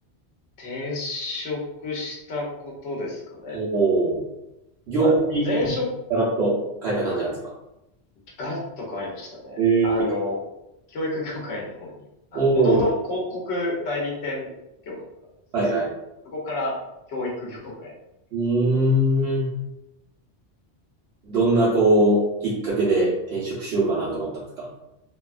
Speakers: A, on the left (about 75°); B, on the right (about 70°).
A: 転職したことですかね。
B: おお、業界のガラッと変えた感じなんですか
A: まあ、前職、ガラッと変わりましたね。
B: ええ
A: あの、教育業界の方に、あ、
B: おお、
A: もともと広告代理店業だったんですけど、
B: はいはい。
A: そこから教育業界の方い
B: うーん。どんな、こう、きっかけで転職しようかなと思ったんですか